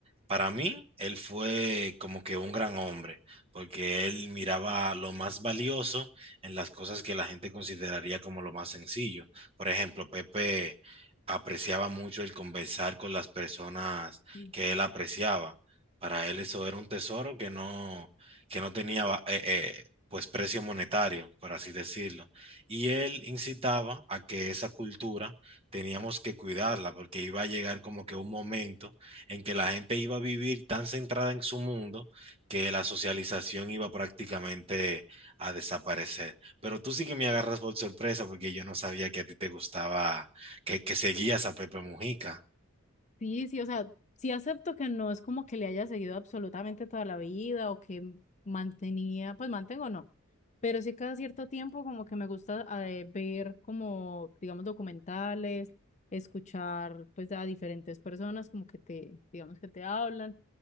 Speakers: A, on the right; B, on the left.
A: Para mí, él fue como que un gran hombre, porque él miraba lo más valioso en las cosas que la gente consideraría como lo más sencillo. Por ejemplo, Pepe apreciaba mucho el conversar con las personas
B: Ujú.
A: que él apreciaba. Para él eso era un tesoro que no, que no tenía va- eh, eh, pues precio monetario, por así decirlo. Y él incitaba a que esa cultura teníamos que cuidarla porque iba a llegar como que un momento en que la gente iba a vivir tan centrada en su mundo que la socialización iba prácticamente a desaparecer. Pero tú sí que me agarras por sorpresa porque yo no sabía que a ti te gustaba, que, que seguías a Pepe Mujica.
B: Sí, sí, o sea, sí acepto que no es como que le haya seguido absolutamente toda la vida o que mantenía, pues mantengo no, pero sí cada cierto tiempo como que me gusta eh, ver como, digamos, documentales, escuchar pues a diferentes personas como que te, digamos que te hablan.